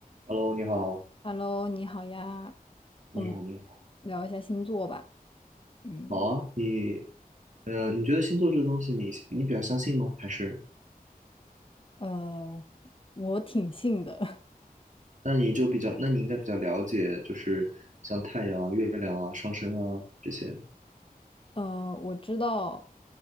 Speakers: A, on the right; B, on the left.
A: Hello，你好，
B: Hello，你好呀，
A: 你好，
B: 我们
A: 你好，
B: 聊一下星座吧。嗯，
A: 好啊，你，呃，你觉得星座这个东西你，你比较相信吗？还是，
B: 呃，我挺信的。
A: 那你就比较，那你应该比较了解，就是像太阳啊、月亮啊、上升啊这些，
B: <laughs> 呃，我知道，